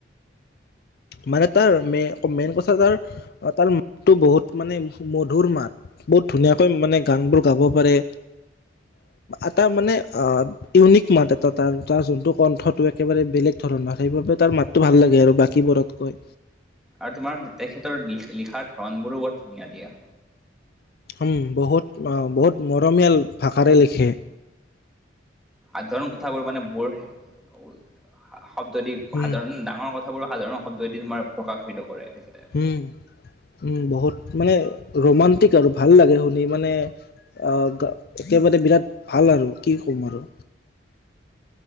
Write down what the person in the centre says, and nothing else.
আৰু তোমাৰ তেখেতৰ লিখাৰ ধৰণ বোৰো বৰ ধুনীয়া দিয়া।
সাধাৰণ কথাবোৰ মানে ব'ৰ হে, বহুত। শব্দদি
সাধাৰণ ডাঙৰ কথাবোৰ সাধাৰণ শব্দদি তোমাৰ প্ৰকাশিত কৰে, তেখেতে।